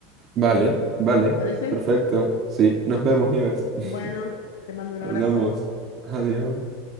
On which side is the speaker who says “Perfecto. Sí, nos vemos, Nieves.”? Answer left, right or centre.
Right